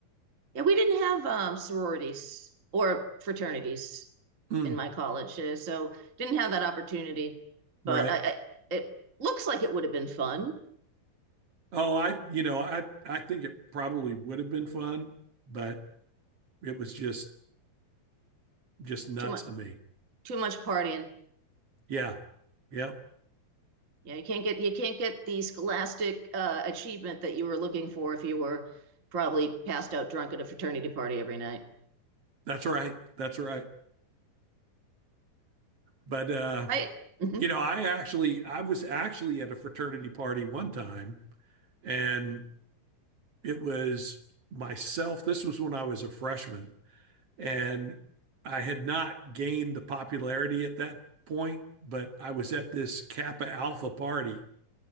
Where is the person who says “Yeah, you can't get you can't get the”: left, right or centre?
Right